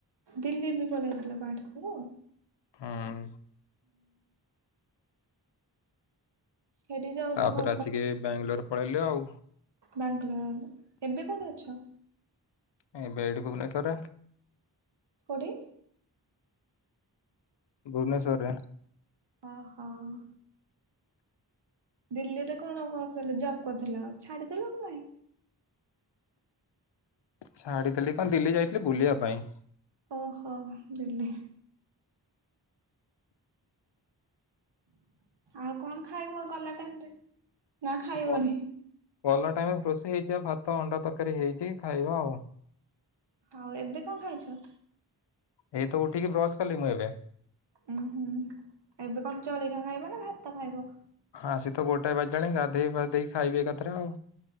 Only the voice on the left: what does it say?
ହଁ
ତାପରେ ଆସିକି ବାଙ୍ଗାଲୋର ପଳେଇଲି ଆଉ
ଏବେ ଏଇଠି ଭୁବନେଶ୍ୱର
ଭୁବେଶ୍ୱରରେ
ଛାଡିଥିଲି କଣ ଦିଲ୍ଲୀ ଯାଇଥିଲି ବୁଲିବା ପାଇଁ
ଗଲ ଗଲା ଟାଇମ ରୋଷେଇ ହେଇଯାଇଛି ଭାତ ଅଣ୍ଡା ତରକାରୀ ହେଇଛି ଖାଇବା ଆଉ
ଏଇ ତ ଉଠିକି ବ୍ରସ କଲି ମୁଁ ଏବେ
ଆସ ତ ଗୋଟାଏ ବାଜିଲାଣି ଗାଧେଇ ବାଧେଇ ଖାଇବେ ଏକଥରେ ଆଉ